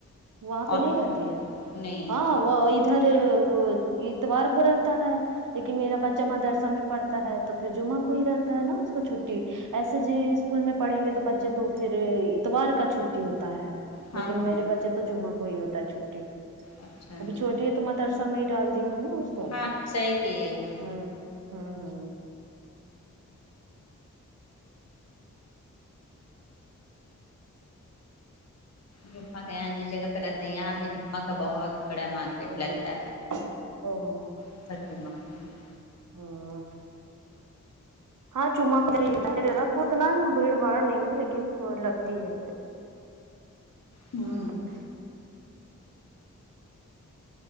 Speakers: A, on the right (about 80°); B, on the left (about 55°).
A: وہاں پے
B: اور
A: نہیں رہتی ہے
B: نہیں
A: ہاں وہ ادھر اتوار کو رہتا ہے لیکن میرا بچہ مدرسہ میں پڑتا ہے تو پھر جمعہ کوئی رہتا ہے نا اس کو چھٹی ایسے جی اسکول میں پڑھیں گے تو بچے تو پھر اتوار کا چھٹی ہوتا ہے
B: ہاں
A: لیکن
B: ہاں
A: میرے بچے تو جمہ کو ہی ہوتا ہے چھٹی
B: اچھا اچھا
A: ابھی چھوٹی ہے تو مدرسہ سا ڈال دی ہوں اس کو
B: ہاں صحیح کیے ہیں
A: ہمم
B: جمہ ہے اج جس جگہ پے رہتے یہاں
A: ہوں
B: پے جمہ کا بہت بڑا مارکیٹ
A: ہوں
B: لگتا ہے
A: <unintelligible>
B: <unintelligible>
A: ہاں آ ہاں چمہ کو اتنا <unintelligible> بھیڑ باڑ نہیں ہے لیکن لگتی ہے
B: ہ
A: ہمم